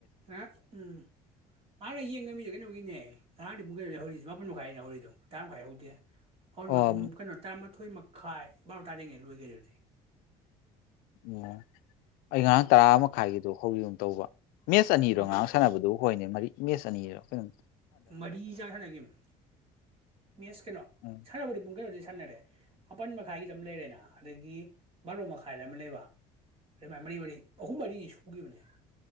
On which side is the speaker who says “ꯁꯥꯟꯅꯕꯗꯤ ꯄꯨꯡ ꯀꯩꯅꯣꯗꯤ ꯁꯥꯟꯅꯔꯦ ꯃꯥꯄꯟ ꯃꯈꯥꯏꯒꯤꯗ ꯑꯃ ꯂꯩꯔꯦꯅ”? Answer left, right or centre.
Right